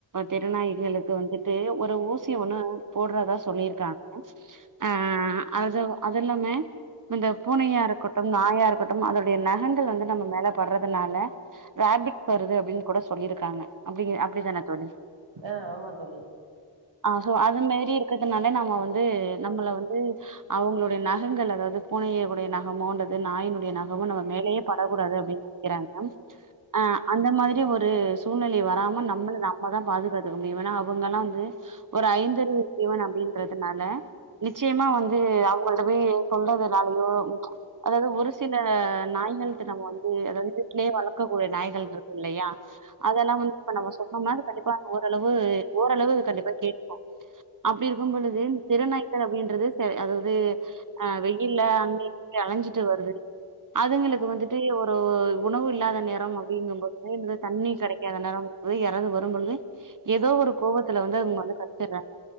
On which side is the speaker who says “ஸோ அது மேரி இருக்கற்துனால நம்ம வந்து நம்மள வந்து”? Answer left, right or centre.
Right